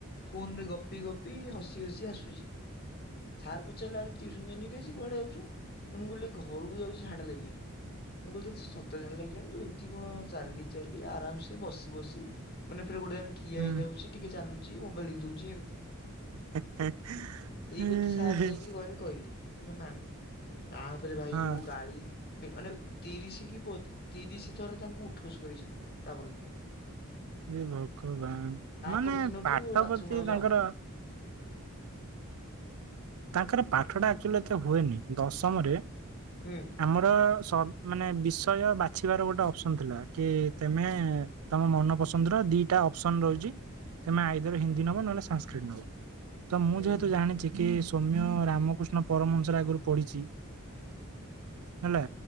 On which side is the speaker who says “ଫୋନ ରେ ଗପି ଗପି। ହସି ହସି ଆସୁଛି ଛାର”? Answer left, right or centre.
Left